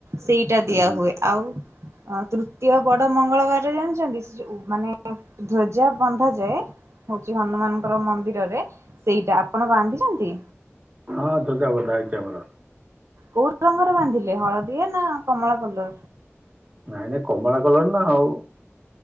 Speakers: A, on the right (about 70°); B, on the right (about 35°).
A: ସେଇଟା ଦିଆ
B: ହୁଁ
A: ହୁଏ ଆଉ ଅ ତୃତୀୟ ବଡ ମଙ୍ଗଳବାର। ଜାଣିଛନ୍ତି ସେ ଯୋଉ ଆ ମାନେ ଧ୍ୱଜା ବନ୍ଧାଯାଏ ହଉଛି ହନୁମାନଙ୍କର ମନ୍ଦିରରେ ସେଇଟା ଆପଣ ବାନ୍ଧିଛନ୍ତି।
B: ହଁ ଧ୍ୱଜା ବନ୍ଧାହେଇଛି ଆମର।
A: କୋଉ ରଙ୍ଗରେ ବାନ୍ଧିଲେ ହଳଦିଆ ନା କମଳା କଲର?
B: ନାଇଁ ନାଇଁ କମଳା କଲର ନା ଆଉ।